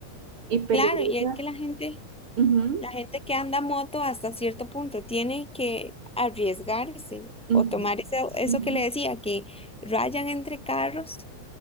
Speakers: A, on the right; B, in the centre.
A: Y peligrosa,
B: Claro, y es que la gente
A: ujú,
B: La gente que anda moto hasta cierto punto tiene que arriesgarse o
A: Ujú,
B: tomar ese eso
A: ujú.
B: que le decía, que rayan entre carros,